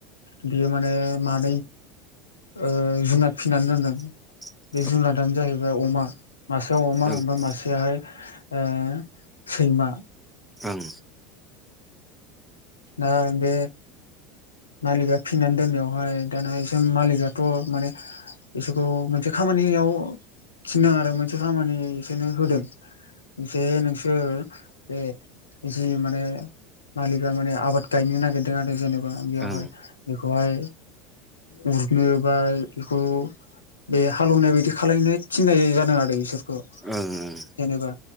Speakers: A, on the left; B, in the centre.
A: बि-बियो माने मानै ओ जुनाद फिनानै दोनदों।
B: <inaudible>
A: बे जुनादानो जाहैबाय अमा मासेया अमा
B: ओं
A: ओमफाय मासेया हाय ओ सैमा।
B: ओं।
A: ओ बे मालिका फिननानै दोननायावहाय दाना बिसोर मालिकथ' माने बिसोरखौ मोनसे खामानि ओइयाव थिनो आरो मोनसे खामानि एसोरनो होदों। जे नोंसोर बे जि माने। मालिका माने आबाद गायनो नागिरदों आरो जेनेबा
B: उम
A: बेयावहाय
B: ओं
A: बेखौहाय उरनो बा इखौ। बे हालेवनाय बादि खालामलायनो थिननाय जादों आरो बिसोर खौ
B: ओं
A: जेनेबा